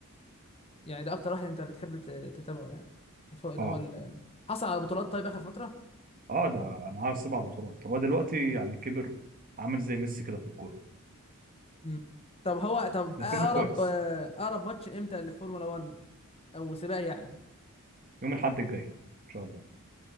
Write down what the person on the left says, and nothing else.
يعني ده اكتر واحد انت بتحب ت- تتابعه يعني فوق اللي
هو ال- حصل على بطولات طيب اخر فتره
امم طب هو طب
اقرب
اقرب ماتش امتى للفورمولا 1 او سباق يعني